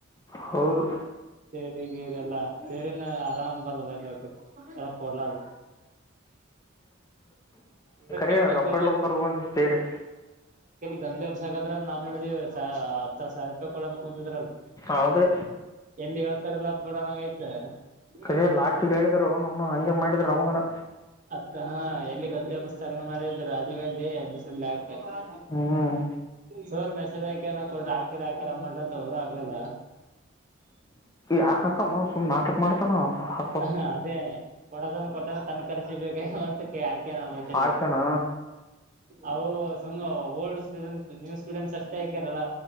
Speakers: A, on the left; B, on the right.
A: ಹೌದು
B: ಸರಿ ಲ್ಲ- ಸೇರಿನ ಆರಾಮ್ ಬರ ಮ ಕೊಡ್ಲಾರ.
A: ರೆ-
B: ಎಲ್ಲಿ ಗದ್ಲೆ
A: ರೊಕಡ್ಲ
B: ಬ
A: ಹೋಗ್ ಬಾರದು ಬಂದು ತರೆ.
B: ಗದ್ಲೆಬ್ಸಕದ್ರ ಅ- ನಾ -ಮಾಡಿದವಿ -ಹ- ಸರ್ಪ ಕೊಳ ಅನ್ಕೋತಿದ್ರಲ್ಲ.
A: ಅದೇ
B: ಎಲ್ಲಿ ಯಾವತರೆ ಎಲ್ಲ ಬಿಡೋ ನಂಗ ಆಯ್ತ <unintelligible>
A: ಕರೆ ಲಾಸ್ಟಿಗೆ ಹೇಳಿದ್ರು ಅವನು ಅವನು ಹಂಗೆ ಮಾಡಿದ್ರು ನಮಗನ
B: ಅತ್ತ -ಹ ಎಲ್ಲಿ ಗದ್ಲಿ ಒಬ್ಸ್ತಾರ ಮಾಡಿದ್ದ್ ರಾಜೀವ್ ಗಾಂಧಿ ಎಸ ಆತ.
A: ಹ್ಮ್
B: ಸೋರ್ ಮೆಸದಾಕನ ಕೊಡ್ರ ಆಕರಿ ಹಾಕರಿ ಅಮೌಂಟ್ ಅಂತ ಅವರು ಆಕಲ್ಲ.
A: ಯಾಕಕಮ್ಮ ಸುಮ್ ನಾಟಕ ಮಾಡ್ತಾನ. ಹಾಕ್ಬೇಕು
B: ಹ- ಅದೇ ಕೊಡೋದನ್ನು ಕೊಟ್ಟನೆ ತನ್ ಕರ್ಚಿ ಬೇಕಾಯ. ಆಯ್ಕೆ- ನಮಗಿ
A: ಹಾಕ್ಯಾನ
B: ಅವು ಸುಮ್ಮ ಓಲ್ಡ್ ಸ್ಟೂಡೆಂಟ್. ನೀವು ಸೂಡೆನ್ಸ್ ಅಷ್ಟೇ ಆಯಕಾರಲ್ಲ